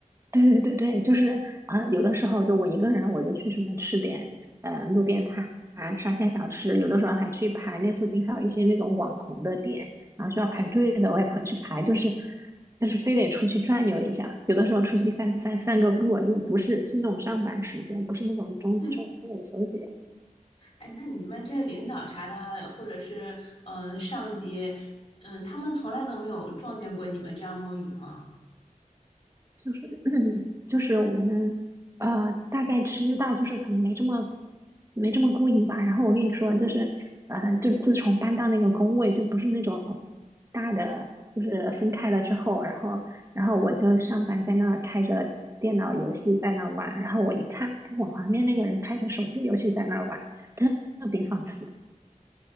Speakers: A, on the right; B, on the left.
A: 对对对对，就是啊、有的时候就我一个人，我就去什么吃点呃路边摊、沙县小吃，有的时候还去排那附近还有一些那种网红的店，然后需要排队的，我也跑去排，就是就是非得出去转悠一下。有的时候出去散散散个步，
B: 嗯
A: 就不是是那种上班时间，不是那种中中午休息，
B: <laughs> 哎，那你们这领导啥的，或者是嗯、呃上级，嗯、他们从来都没有撞见过你们这样摸鱼吗？
A: 就是 <clears throat> 就是我们呃大概知道，就是可能没这么没这么故意吧。然后我跟你说，就是呃，就自从搬到那个工位，就不是那种大的，就是分开了之后，然后然后我就上班在那儿开着电脑游戏在那儿玩，然后我一看，哎，我旁边那个人开着手机游戏在那儿玩，特特别放肆。